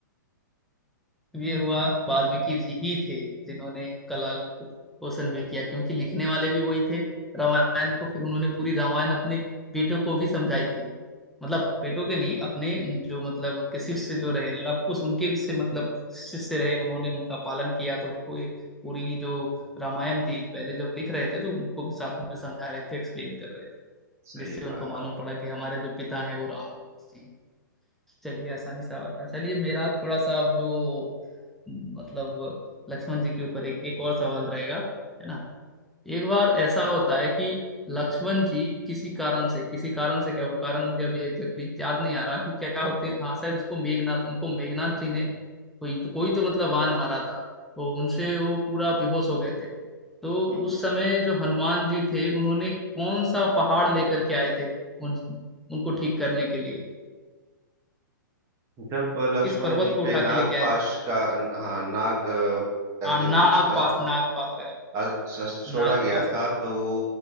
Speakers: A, in the centre; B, on the right.
A: ये हुआ वाल्मीकि जी ही थे जिन्होंने कलाल को पोषण भी किया क्योंकि लिखने वाले भी वही थे रामायण को फिर उन्होंने पूरी रामायण अपने बेटों को भी समझाई थी मतलब बेटों के नहीं अपने जो मतलब उनके शिष्य जो रहे लव कुश उनके भी से मतलब शिष्य रहे उन्होंने उनका पालन किया तो उनको ये पूरी जो रामायण थी पहले जब लिख रहे थे तो उनको भी साथ में समझा रहे थे एक्सप्लेन कर रहे थे
B: सही
A: जिससे उनको
B: बात
A: मालूम पड़ा कि हमारे जो पिता हैं वो राम जी चलिए आसानी सवाल था चलिए मेरा थोड़ा सा अब जो मतलब लक्ष्मण जी के ऊपर एक एक और सवाल रहेगा है ना एक बार ऐसा होता है कि लक्ष्मण जी किसी कारण से किसी कारण से क्या वो कारण मुझे अभी एग्जैक्टली exactly याद नहीं आ रहा कि क्या होते हैं हाँ शायद उसको मेघनाथ उनको मेघनाथ जी ने कोई तो कोई तो मतलब वान मारा था तो उनसे वो पूरा बेहोश हो गए थे तो
B: हम्म।
A: उस समय जो हनुमान जी थे उन्होंने कौन सा पहाड़ लेकर के आए थे उन, उनको ठीक करने के लिए
B: जब लक्ष्मण
A: किस पर्वत
B: जी
A: को उठा
B: पे
A: के लेके आए
B: पाश
A: थे
B: का हाँ नाग अ, करके
A: हाँ नाग
B: कुछ
A: पास नाग पास लगा
B: अ- शस्त्र छोड़ा
A: नाग
B: गया
A: पास
B: था
A: आता।
B: तो वो